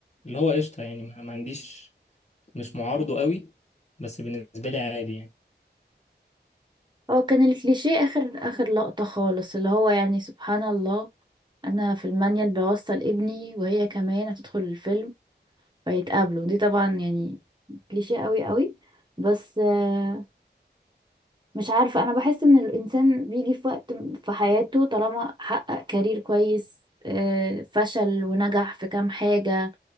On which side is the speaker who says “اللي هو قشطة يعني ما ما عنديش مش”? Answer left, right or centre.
Left